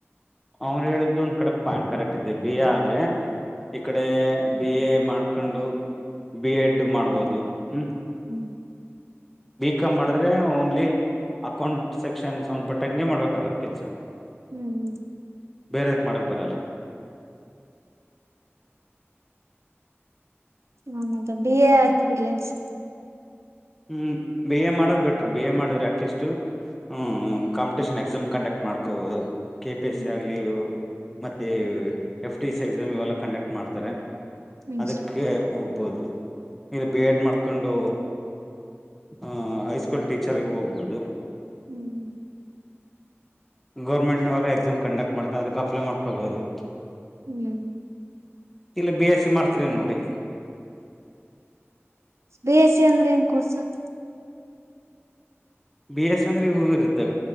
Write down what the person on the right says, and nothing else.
ಹ್ಮ್
ಹ್ಮ್ ಹ್ಮ್
ಹ ಮತ್ ಬಿ ಎ ಹಚ್ಚಬಿಡ್ಲೆನ್ ಸರ್.
ಹ್ಮ್
ಹ್ಮ್
ಹ್ಮ್
ಹ್ಮ್
ಬಿ ಎಸ್ ಸಿ ಅಂದ್ರ ಹೆಂಗ್ ಕೋರ್ಸ ಸರ್.